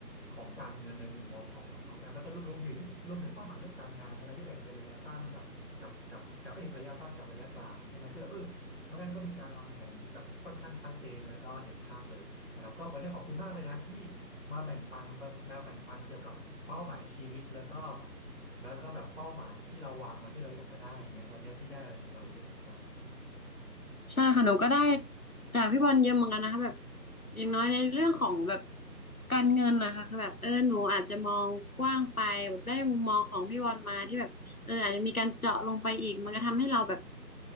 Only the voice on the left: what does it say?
ใช่ค่ะหนูก็ได้จากพี่บอลเยอะเหมือนกันนะคะแบบอย่างน้อยในเรื่องของแบบการเงินนะคะคือแบบเออหนูอาจจะมองกว้างไปแบบได้มุมมองของพี่บอลมาที่แบบเอออาจจะมีการเจาะลงไปอีกมันก็ทำให้เราแบบ